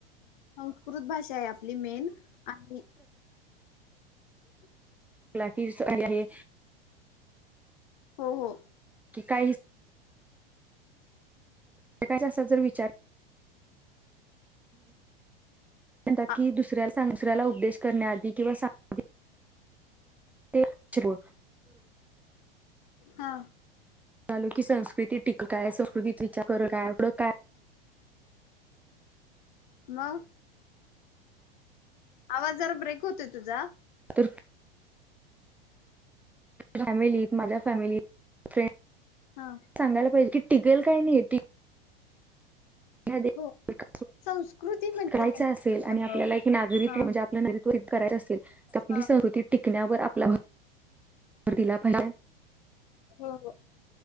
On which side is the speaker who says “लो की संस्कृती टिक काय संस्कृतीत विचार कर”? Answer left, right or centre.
Centre